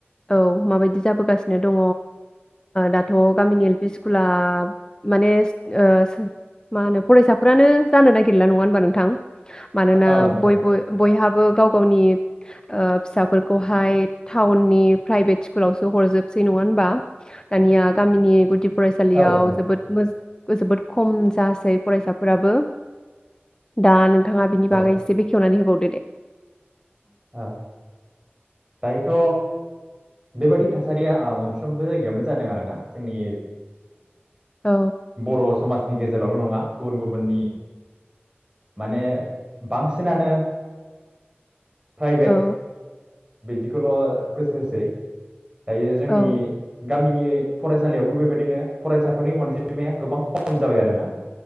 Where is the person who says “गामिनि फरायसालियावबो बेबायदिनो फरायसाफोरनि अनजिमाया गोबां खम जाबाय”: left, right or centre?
Right